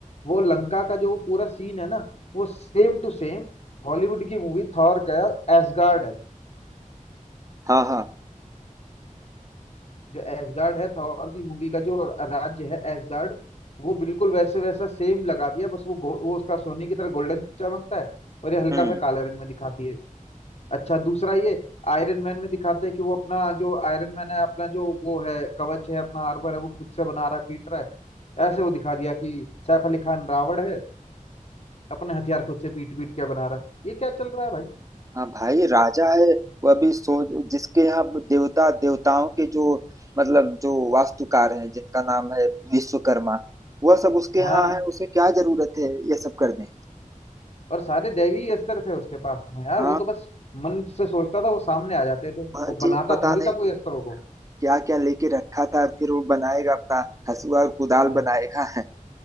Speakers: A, on the left; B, on the right.
A: वो लंका का जो वो पूरा सीन है ना वो सेम टू सेम हॉलीवुड की मूवी थॉर का एसगार्ड है
B: हाँ हाँ
A: जो एसगार्ड है थॉर की मूवी का जो राज्य है एसगार्ड वो बिल्कुल वैसे वैसा सेम लगा दिया बस वो गो- वो उसका सोने की तरह गोल्डन चमकता है और ये हल्का
B: हम्म
A: सा काले रंग में दिखाती है अच्छा दूसरा ये आयरन मैन में दिखाते हैं कि वो अपना जो आयरन मैन है अपना जो वो है कवच है अपना आर्मर है वो खुद से बना रहा है पीट रहा है ऐसे वो दिखा दिया कि सैफ अली खान रावण है अपने हथियार खुद से पीट पीट के बना रहा है ये क्या चल रहा है भाई
B: हाँ भाई राजा है वह भी सो जिसके यहाँ देवता देवताओं के जो मतलब जो वास्तुकार हैं जिनका नाम है विश्वकर्मा वह सब उसके यहाँ
A: हाँ
B: है उसे क्या जरूरत है ये सब करने की
A: और सारे दैवी अस्त्र थे उसके पास में यार
B: हाँ
A: वो तो बस मन से सोचता था वो सामने आ जाते थे
B: हाँ
A: वो
B: जी
A: बनाता
B: पता
A: थोड़ी
B: नहीं
A: था कोई अस्त्रों को
B: क्या क्या लेके रखा था फिर वो बनाएगा अपना हसुआ और कुदाल
A: हाँ
B: बनाएगा <laughs>